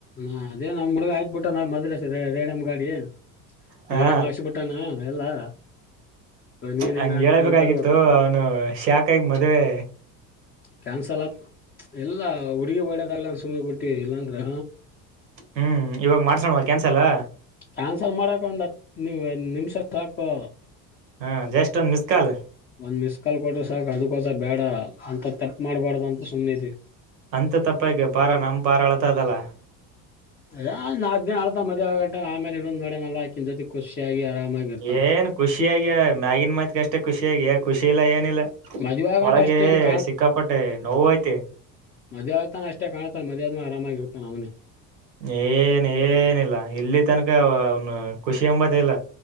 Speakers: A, on the left; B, on the right.
A: ಹಾ ಅದೇ ನಮ್ಮ ಹುಡ್ಗ ಆಯ್ಕ್ಬ ಬಿಟ್ಟುನಾ ಮದ್ಲ ರೇಡಮ್ ಗಾಡಿ
B: ಹಾ
A: ರೇಡಮ್ ಹಾಕ್ಸಿಬಿಟ್ಟಾನ ಎಲ್ಲಾ ಇವಾಗ ನೀನ್
B: ಹಂಗ
A: ಏನ್ ಆಗ್ತದೆ
B: ಹೇಳಬೇಕಾಗಿತ್ತು
A: ಅಂತ ಅನ್ಬೇಕು
B: ಅವನು ಶಾಖಾಗಿ ಮದುವೆ
A: ಕ್ಯಾನ್ಸಲ್ ಆತ್ ಎಲ್ಲಾ ಹುಡ್ಗಿ ಹೊಡಿಯೋದ್ಲಲ್ಲ ಸುಮ್ನೆ ಬಿಟ್ಟಿ ಇಲ್ಲಾಂದ್ರ
B: ಹ್ಮ್ ಇವಾಗ ಮಾಡ್ಸವ ಕ್ಯಾನ್ಸಲ್ ಅ
A: ಕ್ಯಾನ್ಸಲ್ ಮಾಡಕ ಒಂದ್ ಹತ್ತು ನಿಮಿಷ ಸಾಕು
B: ಹ ಜಸ್ಟ್ ಒಂದ್ ಮಿಸ್ ಕಾಲ್
A: ಒಂದ್ ಮಿಸ್ ಕಾಲ್ ಕೊಟ್ರರು ಸಾಕು ಅದಕ್ಕೋಸಬೇಡ ಅಂತ ತಪ್ಪು ಮಾಡ್ಬಾರ್ದು ಅಂತ ಸುಮ್ಮನೆ ಇದ್ವಿ
B: ಅಂತ ತಪ್ಪು ಯಾಕ ಪಾರ ನಮ್ಮಪಾರ ಅಳ್ತದಲ್ಲ
A: ಯ ನಾಕಕ್ ದಿನ ಆಳ್ತ ಮದುವೆ ಆಗೋಗಟ್ಟ ಆಮೇಲೆ ಇನ್ನೊಂದಿ ನೋಡೇನಲ್ಲ ಅಕಿನೂ ಜೊತೆ ಖುಷಿಯಾಗಿ ಆರಾಮಾಗಿ ಇರ್ತಾನ
B: ಏನ್ ಖುಷಿಯಾಗಿ ಮ್ಯಾಗಿನ್ ಮತ್ ಅಷ್ಟೇ ಖುಷಿಯಾಗಿ ಖುಷಿ ಇಲ್ಲ ಏನಿಲ್ಲ
A: ಮದ್ವೆ ಆಗಂಟ
B: ಒಳಗೆ
A: ಅಷ್ಟೇ ಹಿಂಗ್
B: ಸಿಕ್ಕಾಪಟ್ಟೆ ನೋವು ಐತಿ
A: ಮದುವೆ ಆಗ್ತಾನ ಅಷ್ಟೇ ಕಾಣ್ತ ಮದ್ ಆದ್ಮೇಲೆ ಆರಾಮಾಗಿ ಇರ್ತಾನ ಅವನೆ
B: ಏನ್ ಏನಿಲ್ಲ ಇಲ್ಲಿ ತನಕ ಅವನು ಖುಷಿ ಎಂಬತ್ತ ಇಲ್ಲ